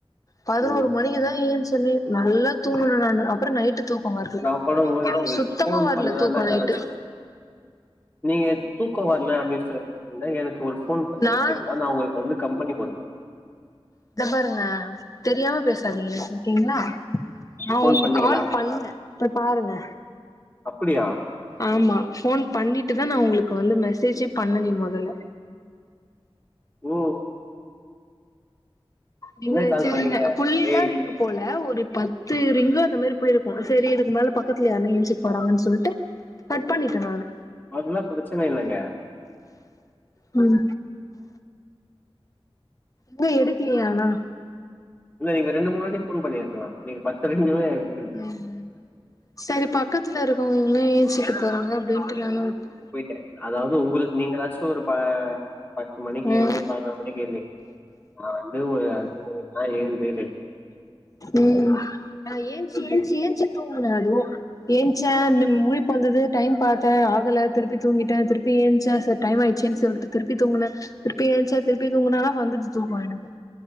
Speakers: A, on the left; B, on the left.
A: பதினோரு
B: ம்
A: மணிக்குதா ஏஞ்ச்சனே நல்லா தூங்க நானு அப்றோ நைட்டு தூக்கோ வர்ல
B: நா கூட உங்களுக்கு
A: சுத்தமா
B: ஃபோன்
A: வர்ல
B: பண்ணலான்தா
A: தூக்கோ
B: நெனச்சே
A: நைட்டு
B: நீங்க தூக்க வர்ல அப்டின் சொ சொன்னா எனக்கு ஒரு ஃபோன் பண்ணி
A: நான்
B: இருந்திருந்தா நா ஒங்களுக் வந்து கம்பனி குடுப்
A: இந்த பாருங்க தெரியாம பேசாதீங்க ஓகேங்களா நா
B: ஃபோன்
A: ஒங்களுக்
B: பண்ணீங்களா
A: கால் பண்ணே போய் பாருங்க
B: அப்டியா
A: ஆமா ஃபோன் பண்ணிட்டு தா நா ஒங்களுக்கு வந்து மெசேஜே பண்ணுனே மொதல்ல
B: ஓ
A: நீங்க
B: என்ன கால்
A: செரிங்க
B: பண்ணீங்க
A: புள்ளில்லா
B: ஏய்
A: றீங்க போல ஒரு பத்து ரிங்கு அந்த மாரி போய் இருக்கு சேரி இதுக்கு மேல பக்கத்துல யாரன என்ச்சுக்க போறாங்கன் சொல்ட்டு கட் பண்ணிட்டே நானு
B: அதல்லா பிரச்சன இல்லங்க
A: ம் ஆனா எடுக்லயே ஆனா
B: இல்ல நீங்க ரெண்டு மூணு வாட்டி ஃபோன் பண்ணிருக்கலா நீங்க பத்து ரிங்ல தா எடு
A: ம் செரி பக்கத்துல இருக்கவங்கல்ல ஏன்சுக்கு போறாங்க அப்டின்ட்டு நானு வுட்டே
B: போய்ட்டு அதாவது ஒங்களுக்கு நீங்க ஏதாச்சு ஒரு ப பத்து மணிக்கு
A: ம்
B: ஏழ்ந்து பதனொரு மணிக்கு ஏந்தி நா வந்து ஒரு அஞ்சு மணிக்குலா ஏழ்ந்து
A: ம் நா ஏன்ச்சு
B: எழுந்து
A: ஏன்ச்சு ஏன்ச்சு தூங்குனே அதுவு ஏன்ச்சே அந்த முழிப்பு வந்தது டைம் பாத்தே ஆகல திருப்பி தூங்கிட்டே திருப்பி ஏன்ச்சே சர் டைம் ஆயிச்சேன் சொல்ட்டு திருப்பி தூங்குனே திருப்பி ஏன்ச்சா திருப்பி தூங்குனே ஆனா வந்துட்டு தூங்கோ எனக்கு